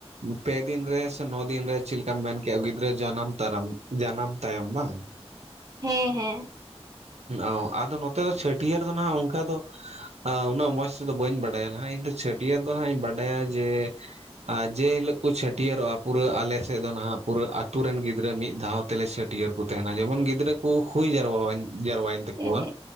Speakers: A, on the right (about 80°); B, on the right (about 35°).
A: ᱯᱮ ᱫᱤᱱ ᱨᱮ ᱥᱮ ᱱᱚ ᱫᱤᱱ ᱨᱮ ᱪᱮᱫ ᱞᱮᱠᱟᱢ ᱢᱮᱱ ᱠᱮᱭᱟ ᱜᱤᱫᱽᱨᱟᱹ ᱡᱟᱱᱟᱢ ᱛᱟᱨᱟᱢ ᱡᱟᱱᱟᱢ ᱛᱟᱭᱚᱢ ᱵᱟᱝ?
B: ᱦᱮᱸ, ᱦᱮᱸ᱾
A: ᱚ ᱟᱫᱚ ᱱᱚᱛᱮ ᱫᱚ ᱪᱷᱟᱹᱴᱭᱟᱹᱨ ᱫᱚ ᱱᱟᱜ ᱚᱱᱠᱟ ᱫᱚ ᱩᱱᱟᱹᱜ ᱢᱚᱸᱡᱽ ᱛᱮᱫᱚ ᱵᱟᱹᱧ ᱵᱟᱰᱟᱭᱟ ᱱᱟᱜ, ᱤᱧ ᱫᱚ ᱪᱷᱟᱹᱴᱭᱟᱹᱨ ᱫᱚ ᱦᱟᱜ ᱤᱧ ᱵᱟᱰᱟᱭᱟ ᱡᱮ, ᱟᱨ ᱡᱮ ᱦᱤᱞᱳᱜ ᱠᱚ ᱪᱷᱟᱹᱴᱭᱟᱹᱨᱚᱜ-ᱟ, ᱯᱩᱨᱟᱹ ᱟᱞᱮᱥᱮᱫ ᱫᱚ ᱱᱟᱦᱟᱜ ᱯᱩᱨᱟᱹ ᱟᱹᱛᱩ ᱨᱮᱱ ᱜᱤᱫᱽᱨᱟᱹ ᱢᱤᱫ ᱫᱷᱟᱣ, ᱛᱮᱞᱮ ᱪᱷᱟᱹᱴᱭᱟᱹᱨ ᱠᱚ ᱛᱟᱦᱮᱱᱟ᱾ ᱡᱮᱢᱚᱱ ᱜᱤᱫᱽᱨᱟᱹ ᱠᱚ ᱦᱩᱭ ᱡᱟᱨᱣᱟᱭᱮᱱ, ᱛᱟᱠᱚᱣᱟ᱾
B: ᱦᱮᱸ